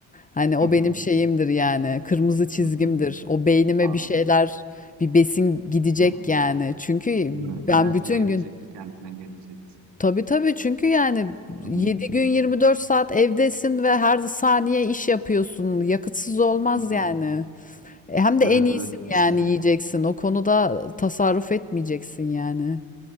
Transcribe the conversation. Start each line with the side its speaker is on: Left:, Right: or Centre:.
Left: Hani o
Right: hı hı,
Left: benim şeyimdir yani kırmızı çizgimdir.
Right: hı hı.
Left: O beynime
Right: Anladım.
Left: bir şeyler bir besin gidecek
Right: Hı hı.
Left: yani. Çünkü
Right: Değil mi?
Left: ben
Right: Enerji
Left: bütün
Right: gelecek,
Left: gün
Right: kendine gelecek.
Left: Tabii tabii çünkü yani
Right: Hı
Left: 7
Right: hı,
Left: gün 24 saat evdesin ve her saniye iş yapıyorsun. Yakıtsız olmaz
Right: hı hı.
Left: yani. E, Hem de
Right: Evet
Left: en iyisin
Right: evet kesinlikle.
Left: yani yiyeceksin. O konuda tasarruf etmeyeceksin yani.